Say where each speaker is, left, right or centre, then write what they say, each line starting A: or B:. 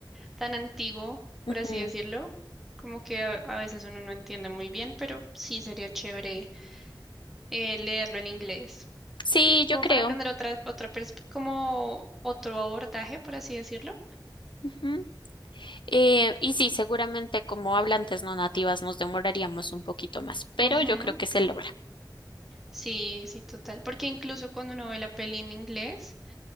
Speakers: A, in the centre; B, on the left.
A: tan antiguo, por
B: Ujú.
A: así decirlo. Como que a a veces uno no entiende muy bien, pero sí sería chévere eh, leerlo en inglés,
B: Sí, yo
A: como
B: creo.
A: para tener otra, otra perspe- como otro abordaje, por así decirlo.
B: Ujú. Eh, y sí, seguramente como hablantes no nativas nos demoraríamos un poquito más, pero
A: Ujú.
B: yo creo que se logra.
A: Sí, sí, total, porque incluso cuando uno ve la peli en inglés,